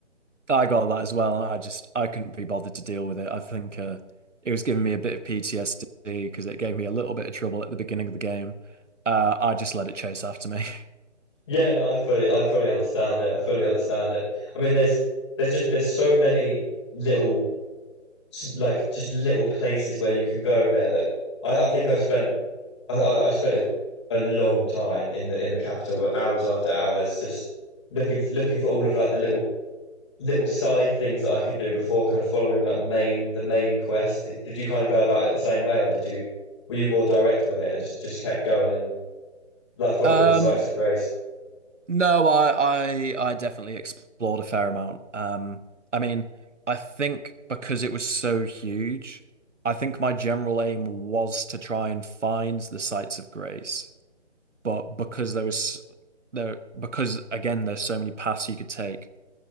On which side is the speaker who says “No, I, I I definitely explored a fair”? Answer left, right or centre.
Right